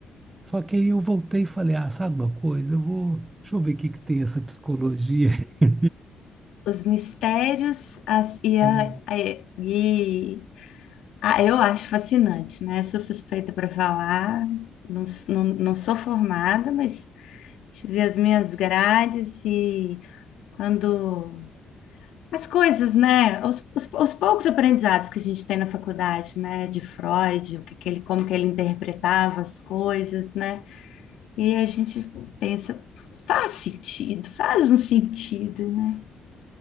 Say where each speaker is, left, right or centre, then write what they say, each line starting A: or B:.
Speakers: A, on the right (about 25°); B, on the left (about 80°).
A: Só que aí eu voltei e falei, ah, sabe uma coisa? Eu vou, deixa eu ver o que que tem essa psicologia. <laughs>
B: Os mistérios as, e, a,
A: É.
B: a- e ah, eu acho fascinante, né? Sou suspeita para falar, não, s- não, não sou formada, mas tive as minhas grades e Quando as coisas, né? Os, os, os poucos aprendizados que a gente tem na faculdade, né? De Freud, o que, que ele, como que ele interpretava as coisas, né? E a gente pensa, faz sentido, faz um sentido, né?